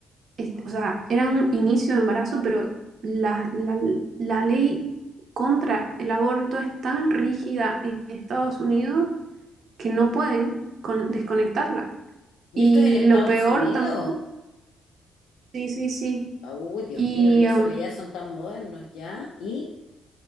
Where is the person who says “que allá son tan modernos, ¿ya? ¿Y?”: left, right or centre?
Left